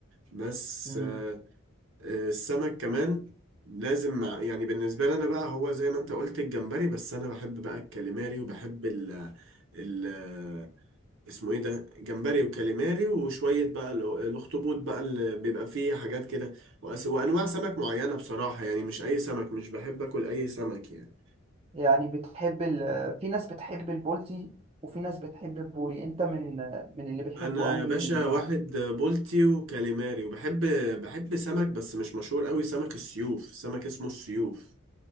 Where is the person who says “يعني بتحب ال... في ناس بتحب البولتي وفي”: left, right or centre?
Right